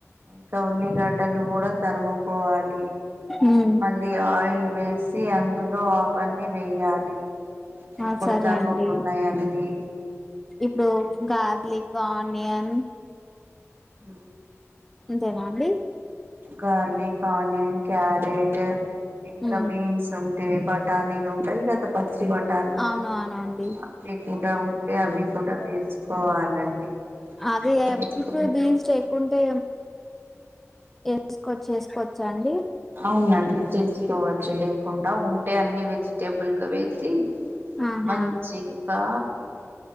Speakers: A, on the right; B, in the centre.
A: ఇంకా ఉల్లిగడ్డలు కూడా తరుముకోవాలి
B: ఉమ్
A: మళ్ళీ ఆయిల్ వేసి అందులో అవన్నీ వేయాలి
B: ఆ
A: ఇప్పుడు
B: సరే
A: తనము
B: అండి
A: ఉన్నాయి అన్ని
B: ఇప్పుడు గార్లిక్ ఆనియన్
A: ఆ
B: ఇంతేనా అండి
A: గార్లిక్ ఆనియన్ క్యారెట్ ఇంకా
B: ఉమ్
A: బీన్స్ ఉంటా బట్ట గలీలు ఉంటాయి <unintelligible> పచ్చబటానీలు
B: అవును అవును అండి
A: అవి కూడా ఉంటే అవి కూడా వేసుకోవాలండి
B: అదే
A: వేసుకొని
B: ఇప్పుడు బీన్స్ లేకుంటే వేసుకోవచ్చు వేసుకోవచ్చా అండి
A: అవునండి తీసుకోవచ్చు లే కకుండా ఉంటే అన్ని వెజిటేబుల్గా వేసి
B: ఆహా
A: మంచిగా